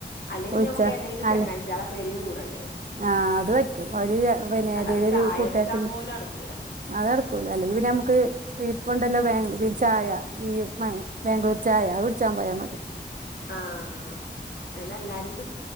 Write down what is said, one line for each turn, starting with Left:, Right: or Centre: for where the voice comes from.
Left: അല്ലെങ്കി
Right: വിളിച്ചാ
Left: ഞമ്മക്ക് ഏതെങ്കിലും
Right: അല്ല
Left: ചങ്ങായിച്ച്യേളെ പേരേ കൂടെണ്ട്യരും
Right: ആഹ് അത് പറ്റും ഒരു പിന്നെ
Left: അല്ലാതെ
Right: ഏതെലും ഒരു
Left: ചായുടിച്ചാൻ
Right: കൂട്ടാരത്തിന്റെ
Left: പോലും നടക്കൂല
Right: അത് നടക്കൊള്ളൂ അല്ലെങ്കി പിന്നെ നമക്ക് ഇപ്പൊണ്ടല്ലോ ബാ ചായ ഈ ബെ ബംഗളൂർ ചായ അത് കുടിച്ചാൻ പോയാ മതി
Left: ആഹ് അയിനെല്ലാരിം കി